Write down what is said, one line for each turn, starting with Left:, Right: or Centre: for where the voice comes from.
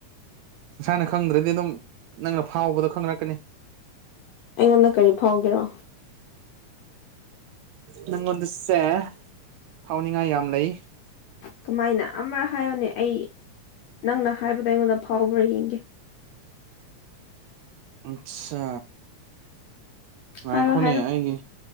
Right: ꯅꯁꯥꯅ ꯈꯪꯗ꯭ꯔꯗꯤ ꯑꯗꯨꯝ ꯅꯪꯅ ꯐꯥꯎꯕꯗꯣ ꯈꯪꯔꯛ
Left: ꯑꯩꯉꯣꯟꯗ ꯀꯔꯤ ꯐꯥꯎꯒꯦꯔꯣ
Right: ꯅꯪꯉꯣꯟꯗꯁꯦ ꯐꯥꯎꯅꯤꯡꯉꯥꯏ ꯌꯥꯝ ꯂꯩ
Left: ꯀꯃꯥꯏꯅ ꯑꯃꯔꯛ ꯍꯥꯏꯌꯣꯅꯦ ꯑꯩ ꯅꯪꯅ ꯍꯥꯏꯕꯗꯣ ꯑꯩꯉꯣꯟꯗ ꯐꯥꯎꯕ꯭ꯔꯥ ꯌꯦꯡꯒꯦ
Right: ꯑꯠꯁꯥ ꯉꯥꯏꯈꯣꯅꯦ
Left: ꯍꯥꯏꯔꯣ ꯍꯥꯏꯔꯣ
Right: ꯑꯩꯒꯤ